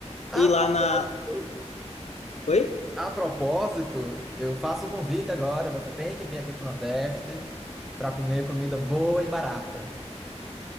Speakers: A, in the centre; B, on the left.
A: A
B: E lá
A: propósito,
B: na, Oi?
A: a propósito, eu faço um convite agora. Você tem que vir aqui pro Nordeste para comer comida boa e barata.